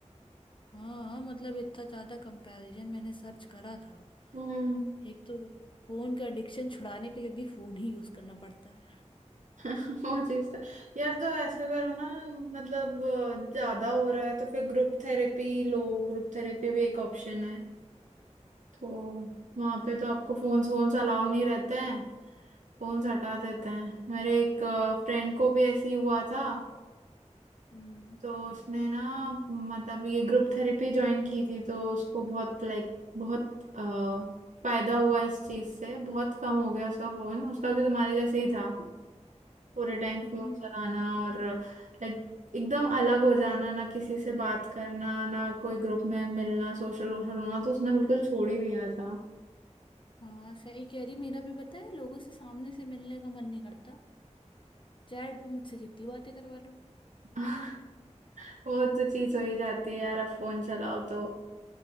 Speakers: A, on the left; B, on the right.
A: हाँ मतलब इतना ज्यादा कंपैरिजन मैंने सर्च करा था
B: हम्म
A: एक तो फोन का एडिक्शन छुड़ाने के लिए भी फोन ही यूज करना पड़ता है
B: <laughs> वो चीज तो यार तो ऐसा करो ना मतलब अ, ज्यादा हो रहा है तो फिर ग्रुप थेरेपी लो ग्रुप थेरेपी भी एक ऑप्शन है तो वहां पे तो आपको फोन्स वोन्स अलाउ नहीं रहते हैं फोन्स हटा देते हैं मेरे एक फ्रेंड को भी ऐसे ही हुआ था
A: हम्म
B: तो उसने ना मतलब ये ग्रुप थेरेपी ज्वाइन की थी तो उसको बहुत लाइक बहुत अ, फायदा हुआ इस चीज से बहुत कम हो गया उसका फोन उसका भी तुम्हारे जैसे ही था पूरे टाइम फोन
A: हम्म
B: चलाना और लाइक एकदम अलग हो जाना ना किसी से बात करना ना कोई ग्रुप में मिलना सोशल वोशल होना तो उसने बिल्कुल छोड़ ही दिया था
A: हाँ सही कह रही मेरा भी पता है लोगों से सामने से मिलने का मन नहीं करता चैट पे मुझसे जितनी बातें करवा लो
B: <laughs> वो तो चीज हो ही जाती है यार अब फोन चलाओ तो